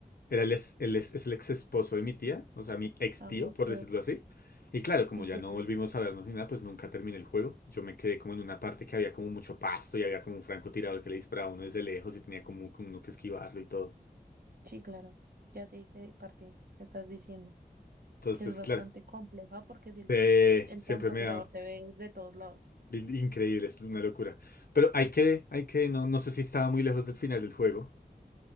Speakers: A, on the left; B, on the right.
A: Era el, ex- el, ex- es el ex esposo de mi tía, o sea, mi ex
B: Ah,
A: tío,
B: ok.
A: por decirlo así. Y claro, como
B: Sí,
A: ya
B: sí,
A: no
B: sí.
A: volvimos a vernos ni nada, pues nunca terminé el juego. Yo me quedé como en una parte que había como mucho pasto y había como un francotirador que le disparaba a uno desde lejos y tenía como, como uno que esquivarlo y todo.
B: Sí, claro. Ya sé qué parte estás diciendo,
A: Entonces,
B: que es bastante
A: claro,
B: compleja porque si el,
A: eh,
B: el
A: siempre
B: francotirador
A: me ha...
B: te ve de todos lados.
A: in- Increíble, es una locura. Pero hay que, hay que, no, no sé si estaba muy lejos del final del juego.